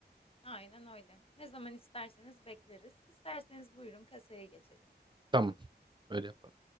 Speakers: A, on the left; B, on the right.
A: Aynen öyle. Ne zaman isterseniz bekleriz. İsterseniz buyurun kasaya geçelim.
B: Tamam öyle yapalım.